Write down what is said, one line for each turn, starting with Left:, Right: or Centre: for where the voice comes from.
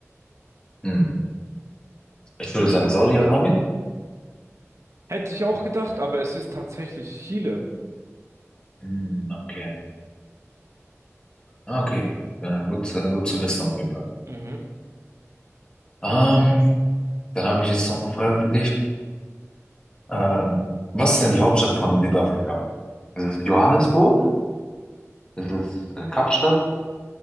Left: hm, ich würde sagen Saudi-Arabien.
Right: Hätte ich auch gedacht, aber es ist tatsächlich Chile.
Left: Hm, okay. Ah, okay. Ja, gut, äh, gut zu wissen auf jeden Fall.
Right: Mhm.
Left: Ähm, dann habe ich jetzt noch eine Frage für dich. Ähm, was ist denn die Hauptstadt von Südafrika? Ist es Johannesburg? Ist es äh, Kapstadt?